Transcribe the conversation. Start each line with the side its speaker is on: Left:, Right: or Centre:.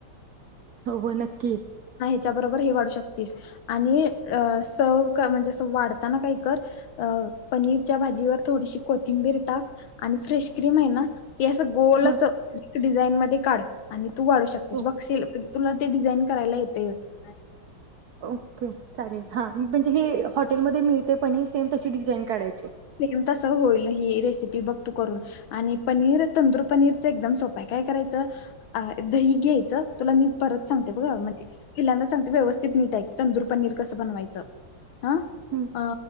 Right: होव नक्कीच <inaudible>
Left: त्या बरोबर हे वाढू शक आणि स म्हणजे वाताना का कर पनीरच्या भाजीवर थोडीशी कोथिंबीर टाक आणि फ्रेश कम आहे ना <inaudible> ते असं गोल
Right: हां
Left: असं <inaudible> डिझाईन मध्ये काढ आणि <inaudible> <inaudible> तू वाढू शकतेची
Right: ओके
Left: बघील तुला ते डिझाईन करायला येतंयच <inaudible>
Right: ओके चालेल <inaudible> हा म्हणजे हे हॉटेलमध्येध्ये मिळते पण सेम तशी डिझाईन काढाय च
Left: <inaudible>
Right: <inaudible>
Left: प्रेम तस होईल ही रेसिपी बघ तू करून आणि पनीर तंदूर पनीरच एकदम सोपाय काय करायचं दही घ्यायचं तुला मी <inaudible> परत सांगते बघा मजे पिल्यांदा सांगते व्यवस्थित नीट आहे तंदूर पनीर कसं बनवायचं हा
Right: हां
Left: अ